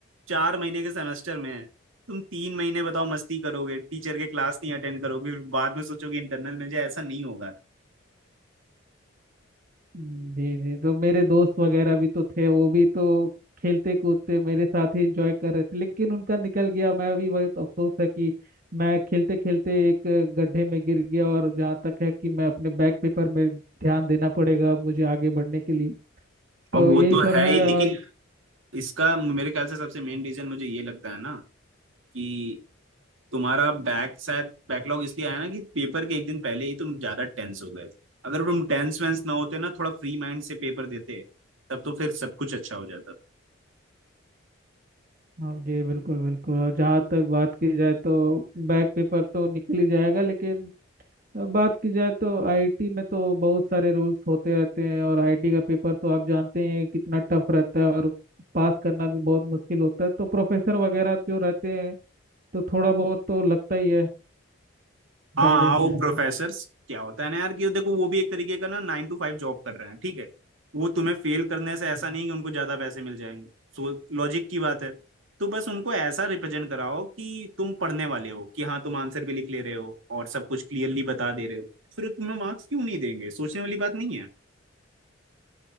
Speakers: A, on the right (about 75°); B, on the right (about 40°).
A: चार महीने के सेमेस्टर में है तुम तीन महीने बताओ मस्ती करोगे टीचर के क्लास नहीं अटेंड करोगे फिर बाद में सोचोगे इंटरनल मिल जाए ऐसा नहीं होगा
B: जी जी तो मेरे दोस्त वगैरह भी तो थे वो भी तो खेलते कूदते मेरे साथ ही एंजॉय कर रहे थे लेकिन उनका निकल गया मैं भी बहुत अफसोस है कि मैं खेलते खेलते एक गड्ढे में गिर गया और जहाँ तक है कि मैं अपने बैक पेपर में ध्यान देना पड़ेगा मुझे आगे बढ़ने के लिए तो
A: अब वो
B: यही
A: तो
B: सब
A: है
B: है
A: ही लेकिन
B: और
A: इसका मेरे ख्याल से सबसे मेन रीजन मुझे ये लगता है ना कि तुम्हारा बैक शायद बैकलॉग इसलिए आया ना कि पेपर के एक दिन पहले ही तुम ज्यादा टेंस हो गए थे अगर तुम टेंस वेंस ना होते ना थोड़ा फ्री माइंड से पेपर देते तब तो फिर सब कुछ अच्छा हो जाता
B: हाँ जी बिल्कुल बिल्कुल और जहाँ तक बात की जाए तो बैक पेपर तो निकल ही जाएगा लेकिन अब बात की जाए तो आईआईटी में तो बहुत सारे रूल्स होते रहते हैं और आईआईटी का पेपर तो आप जानते हैं कितना टफ रहता है और पास करना भी बहुत मुश्किल होता है तो प्रोफेसर वगैरह जो रहते हैं तो थोड़ा बहुत तो लगता ही है
A: हाँ
B: गाइडेंस
A: हाँ, वो हम्म प्रोफेसर्स क्या होता है ना यार कि देखो वो भी एक तरीके का ना नाइन टू फाइव जॉब कर रहे हैं ठीक है वो तुम्हें फेल करने से ऐसा नहीं कि उनको ज्यादा पैसे मिल जाएंगे सो लॉजिक की बात है तो बस उनको ऐसा रिप्रेजेंट कराओ कि तुम पढ़ने वाले हो कि हाँ तुम आंसर भी लिख ले रहे हो और सब कुछ क्लियरली बता दे रहे हो फिर तुम्हें मार्क्स क्यों नहीं देंगे सोचने वाली बात नहीं है